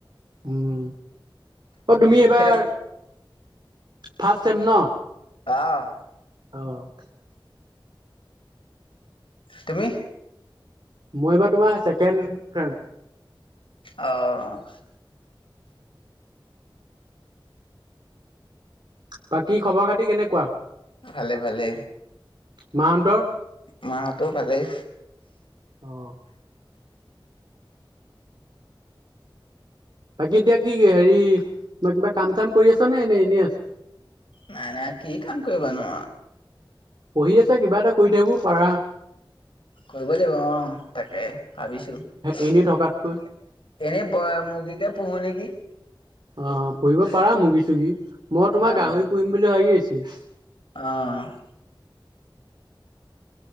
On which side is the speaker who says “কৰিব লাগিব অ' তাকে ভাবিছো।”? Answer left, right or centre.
Left